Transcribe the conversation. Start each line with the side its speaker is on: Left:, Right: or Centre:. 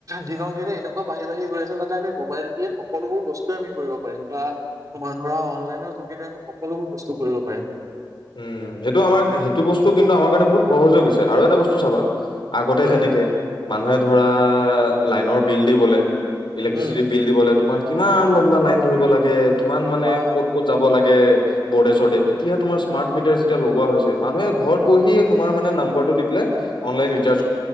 Right: দিনক দিনে এনেকুৱা বাঢ়ি বাঢ়ি গৈ আছে যাতে আমি মোবাইল দিয়ে সকলোবোৰ বস্তুৱে আমি কৰিব পাৰিম, বা ধৰা অনলাইনৰ যোগেদি আমি সকলোবোৰ বস্তু কৰিব পাৰিম।
Left: উম সেইটো আমাৰ সেইটো বস্তু কিন্তু আমাৰ কাৰণে বহুত সহজ হৈ গৈছে আৰু এটা বস্তু চাবা। আগতে
Right: উম
Left: যেনেকে মানুহে ধৰা লাইনৰ বিল দিবলে ইলেক্ট্ৰিচিটি
Right: উম
Left: বিল দিবলে তোমাৰ কিমান লম্বা লাইন ধৰিব লাগে কিমান মানে
Right: অ
Left: ক'ত ক'ত যাব লাগে, বৰ্ডে- চৰ্দে। এতিয়া তোমাৰ স্মাৰ্ট মিটাৰ যেতিয়া লগোৱা হৈছে, মানুহে ঘৰত বহিয়ে তোমাৰ মানে নাম্বাৰটো দি পেলাই অনলাইন ৰিচাৰ্চ